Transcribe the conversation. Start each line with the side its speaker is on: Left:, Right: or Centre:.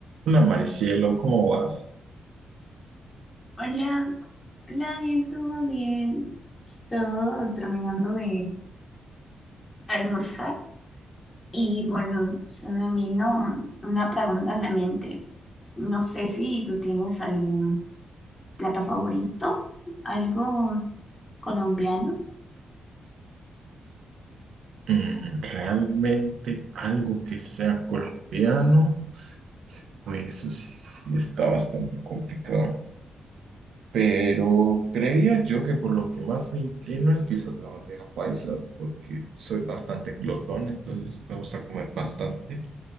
Right: Hola Maricielo, ¿cómo vas?
Left: Hola, hola Daniel, ¿todo bien? Estoy terminando de almorzar y bueno, se me vino una pregunta a la mente. No sé si tú tienes algún plato favorito, algo colombiano.
Right: Mm, realmente algo que sea colombiano, pues eso sí sí está bastante complicado. Pero creería yo que por lo que más me inclino es quizás la bandeja paisa, porque soy bastante glotón, entonces me gusta comer bastante.